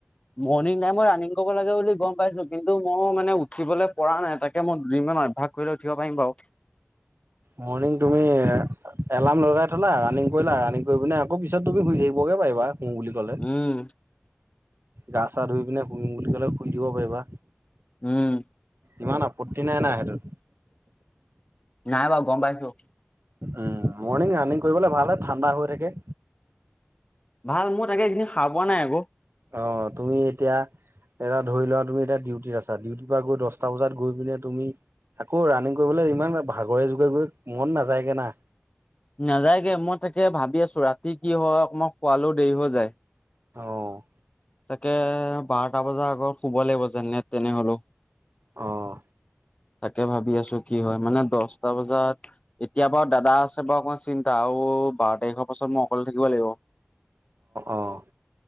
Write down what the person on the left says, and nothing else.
মৰ্ণিং নাই মই ৰাণং কৰিব লাগে বুলি গম পাইছোঁ, কিন্তু মই মানে উঠিবলৈ পৰা নাই, তাকে মই দুদিনমান অভ্যাস কৰিলে উঠিব পাৰিম বাৰু।
উম
উম
নাই বাৰু গম পাইছোঁ।
ভাল মই তাকে এইকেদিন শাৰ পোৱা নাই আকৌ।
নাযায়গে মই তাকে ভাবি আছো ৰাতি কি হয় অক মই খোৱালেও দেৰি হৈ যায়
তাকে বাৰটা বজাৰ আগত শুব লাগিব যেনে তেনে হলেও
তাকে ভাবি আছো কি হয় মানে দছটা বজাত এতিয়া বাৰু দাদা আছে বাৰু অকমান চিন্তা আৰু ওবাৰ তাৰিখৰ পাছত মই অকলে থাকিব লাগিব।